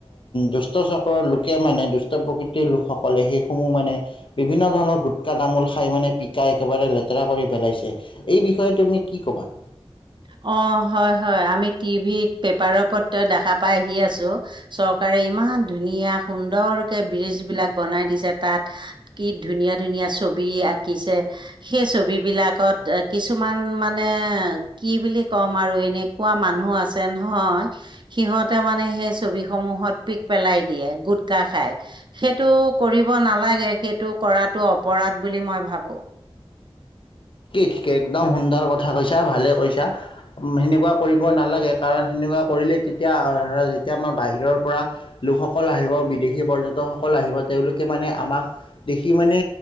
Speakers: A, on the left; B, on the right.
A: দুষ্ট চক্ৰৰ লোকে মানে দুষ্ট প্ৰকৃতিৰ লোকসকলে সেইসমূহ মানে বিভিন্ন ধৰণৰ গুটকা, তামোল খাই মানে পিকাই একেবাৰে লেতেৰা কৰি পেলাইছে। এই বিষয়ে তুমি কি ক'বা?
B: অ', হয় হয়। আমি টিভিত, পেপাৰ-পত্ৰই দেখা পাই আহি আছো। চৰকাৰে ইমান ধুনীয়া সুন্দৰকে ব্ৰীজ বিলাক বনাই দিছে তাত। কি ধুনীয়া ধুনীয়া ছবি আঁকিছে। সেই ছবিবিলাকত কিছুমান মানে কি বুলি কম আৰু এনেকুৱা মানুহ আছে নহয়। সিহঁতে মানে সেই ছবিসমূহত পিক পেলাই দিয়ে গুটকা খাই। সেইটো কৰিব নালাগে। সেইটো কৰাটো অপৰাধ বুলি মই ভাবো।
A: ঠিক একদম সুন্দৰ কথা কৈছা, ভালে কৈছা। উম, হেনেকুৱা কৰিব নালাগে। কাৰণ হেনেকুৱা কৰিলে তেতিয়া অ', যেতিয়া আমাৰ বাহিৰৰ পৰা লোকসকল আহিব, বিদেশী পৰ্যটকসকল আহিব তেওঁলোকে মানে আমাক দেখি মানে